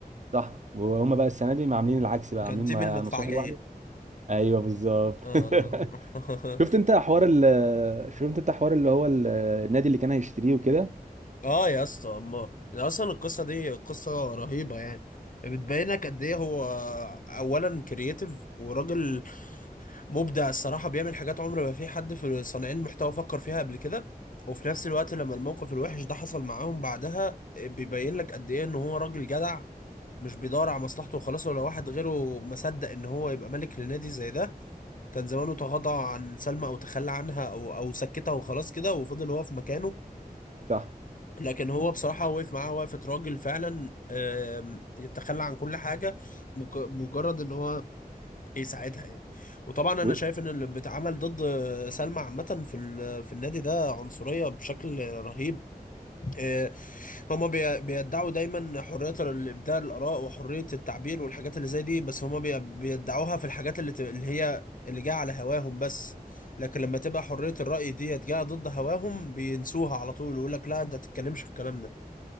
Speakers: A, on the right; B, on the left.
A: صح وهما بقى السنه دي عاملين العكس بقى
B: كان
A: عاملين
B: آه. تيم
A: مع
B: المدفعجية
A: نصوحي لوحده ايوه بالظبط
B: اه
A: <laughs>
B: <laughs>
A: شفت انت حوار ال... شفت انت حوار اللي هو ال... النادي اللي كان هيشتريه وكده
B: اه يا اسطى اما اصلا القصة دي قصة رهيبة يعني بتبينك قد ايه هو اولا كرييتيف وراجل مبدع الصراحة بيعمل حاجات عمر ما في حد في صانعين المحتوى فكر فيها قبل كده وفي نفس الوقت لما الموقف الوحش ده حصل معاهم بعدها بيبين لك قد ايه ان هو راجل جدع مش بيدور على مصلحته وخلاص ولا واحد غيره مصدق ان هو يبقى ملك لنادي زي ده كان زمانه تغاضى عن سلمى او تخلى عنها او او سكتها وخلاص كده وفضل هو في مكانه
A: صح
B: لكن هو بصراحة وقف معاها وقفة راجل فعلا آم، تخلى عن كل حاجة مج- مجرد ان هو يساعدها يعني وطبعا انا
A: و-
B: شايف ان اللي بيتعمل ضد سلمى عامة في ال- في النادي ده عنصرية بشكل رهيب آه، هما بي- بيدعوا دايما حرية الإبداع الآراء وحرية التعبير والحاجات اللي زي دي بس هما بي- بيدعوها في الحاجات اللي, ت- اللي هي اللي جاية على هواهم بس لكن لما تبقى حرية الرأي دي جاية ضد هواهم بينسوها على طول ويقول لك لا أنت تتكلمش في الكلام ده